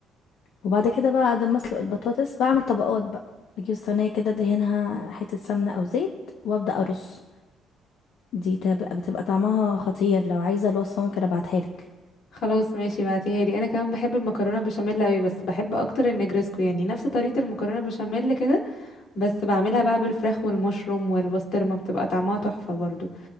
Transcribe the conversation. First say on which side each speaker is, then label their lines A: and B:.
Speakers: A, on the left (about 75°); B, on the left (about 60°).
A: وبعد كده بقى بعد ما أسلق البطاطس بعمل طبقات بقى بجيب صينية كده دهنها حتة سمنة أو زيت وأبدأ أرص دي تب- بتبقى طعمها خطير لو عايزة الوصفة ممكن أبعتها لك
B: خلاص ماشي بعتيها لي انا كمان بحب المكرونه بشاميل قوي بس بحب اكتر النجرسكو يعني نفس طريقه المكرونه بشاميل كده بس بعملها بقى بالفراخ والمشروم والبسطرمة بتبقى طعمها تحفة برضو